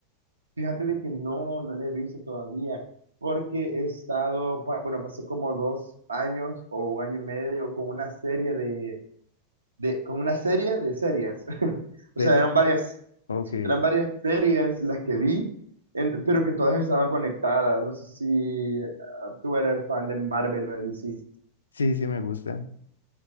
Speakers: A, on the right; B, on the left.
A: Fíjate de que no, no la he visto todavía, porque he estado, pa- bueno, pasé como dos años o un año y medio con una serie de, de con una serie de series. <laughs>
B: ¿Serie?
A: O sea, eran varias,
B: Ok.
A: eran varias series las que vi, en- pero que todas estaban conectadas. No sé si eh, tú eres fan de Marvel o de DC.
B: Sí, sí me gusta.